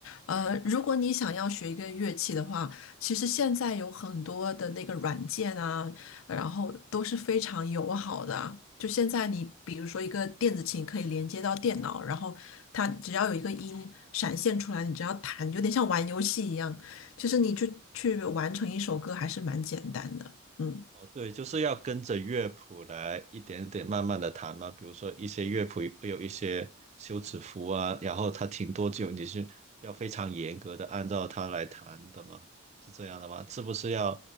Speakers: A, on the left; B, on the right.
A: 呃，如果你想要学一个乐器的话，其实现在有很多的那个软件啊，然后都是非常友好的啊。就现在你比如说一个电子琴可以连接到电脑，然后它只要有一个音闪现出来，你只要弹，有点像玩游戏一样。其实你就去完成一首歌还是蛮简单的，嗯，
B: 哦，对，就是要跟着乐谱来一点点慢慢的弹嘛。比如说一些乐谱会有一些休止符啊，然后它停多久，你是要非常严格的按照它来弹的吗？是这样的吗？是不是要